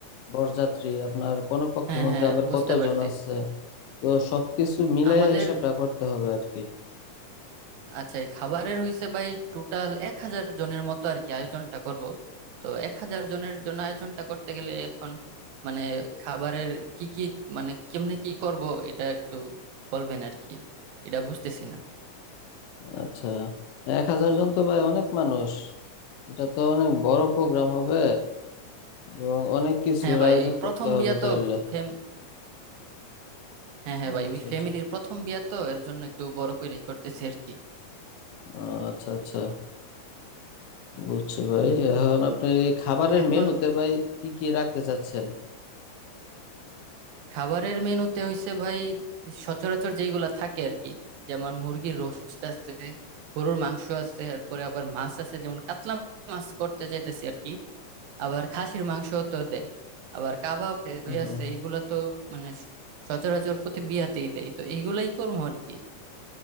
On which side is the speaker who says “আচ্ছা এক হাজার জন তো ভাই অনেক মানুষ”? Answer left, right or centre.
Left